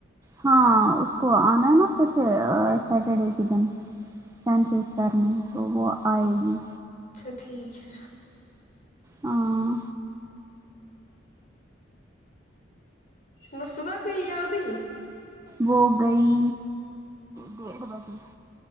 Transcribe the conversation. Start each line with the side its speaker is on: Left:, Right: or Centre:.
Right: ہاں اس کو آنا ہے نا پھر سے سیٹرڈے کے دن <unintelligible> کرنے تو وہ آئے گی
Left: اچھا ٹھیک ہے
Right: ہاں
Left: وہ صبح گیا یا ابھی
Right: وہ گئی ڈیڑھ بجے